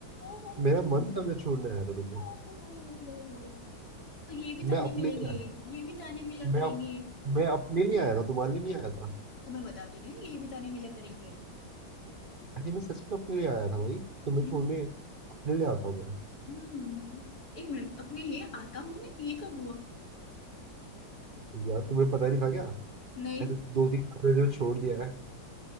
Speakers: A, on the left; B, on the right.
A: ओहो,
B: मेरा मन था मैं छोड़ने आया था तुम्हें
A: ओहो। तो ये भी
B: मैं
A: ताने
B: अपने
A: मिलेंगे
B: लिए आया
A: ये भी ताने मिला
B: मैं
A: करेंगे
B: अप, मैं अपने लिए आया था तुम्हारे लिए नहीं आया था
A: तुम्हें बता तो रही हूँ ये भी ताने मिला करेंगे
B: अरे मैं सच में अपने लिए आया था भाई तुम्हें
A: हम्म।
B: छोड़ने अपने लिए आता हूँ मैं
A: हम्म एक मिनट अपने लिए आता हूँ मैं ये कब हुआ
B: यार तुम्हें पता नहीं था क्या
A: नहीं
B: ऐसे दो तीन बार मैंने जो छोड़ दिया है